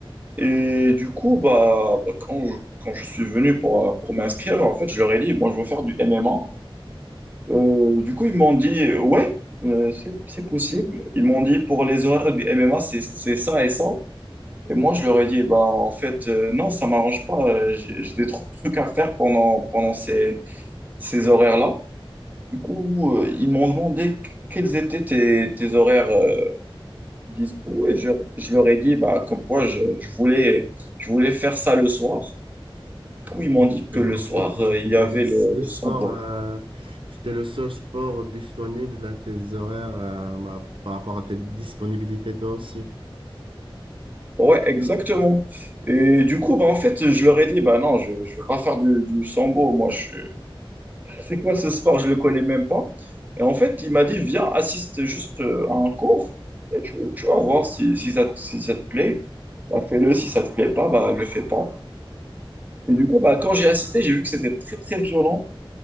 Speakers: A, on the right; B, on the right.
A: Et du coup, bah, bah, quand, je, quand je suis venu pour, euh, pour m'inscrire, en fait, je leur ai dit, moi, je veux faire du MMA. Euh, du coup, ils m'ont dit, euh, ouais, euh, c'est, c'est possible. Ils m'ont dit, pour les horaires du MMA, c'est, c'est ça et ça. Et moi, je leur ai dit, bah, en fait, euh, non, ça m'arrange pas. Euh, J'ai j'ai des tr- trucs à faire pendant, pendant ces, ces horaires-là. Du coup, euh, ils m'ont demandé qu- quels étaient tes, tes horaires euh, dispo. Et je, je leur ai dit, bah, comme quoi, je, je voulais, je voulais faire ça le soir. Du coup, ils m'ont
B: Donc-
A: dit que
B: Et
A: le
B: donc,
A: soir,
B: c'était
A: euh, il
B: c'était
A: y avait
B: le
A: le,
B: seul
A: le
B: sport,
A: sambo.
B: euh, c'était le seul sport disponible à tes horaires, euh, bah, par rapport à tes disponibilités, toi aussi.
A: Ouais, exactement. Et du coup, bah, en fait, je leur ai dit, bah non, je ne veux pas faire du, du sambo. Moi, je... c'est quoi ce sport? Je ne le connais même pas. Et en fait, il m'a dit, viens, assiste juste euh, à un cours et tu, tu vas voir si, si ça, si ça te plaît. Bah, fais-le. Si ça te plaît pas, bah, le fais pas. Et du coup, bah, quand j'ai assisté, j'ai vu que c'était très, très violent.